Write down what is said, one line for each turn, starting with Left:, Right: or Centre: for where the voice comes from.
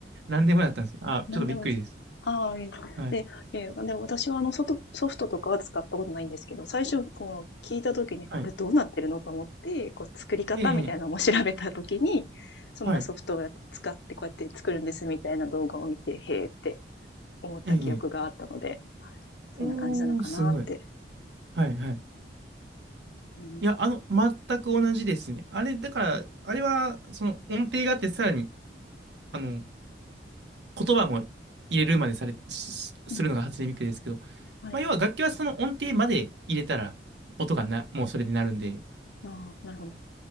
Right: 何でもやったんですよ。あ、
Left: なんでも
Right: ちょっとびっくりです。
Left: ああ、いいです、
Right: はい。
Left: でいえ、で、私はあの、ソトソフトとかは使ったことないんですけど、最初、こう、聞いたときに、これどうなってるのと思って、
Right: はい。
Left: こう、作り方みたいなのも調べたときに、
Right: ええ、ええ
Left: そんなソフトをやって使って、
Right: はい。
Left: こうやって作るんですみたいな動画を見て、へえって思った記憶があったので、
Right: ええ、ええ
Left: そんな感じなのかなって。
Right: おー、すごい。はい、はい。
Left: うん、
Right: いや、あの、全く同じですね。あれ、だから、あれは、その音程があって、さらにあの、言葉も入れるまでされ、す、するのが初音ミクですけど、
Left: うん、はい。
Right: まあ、要は楽器はその音程まで入れたら、音がな、もうそれでなるんで、
Left: ああ、なるほど。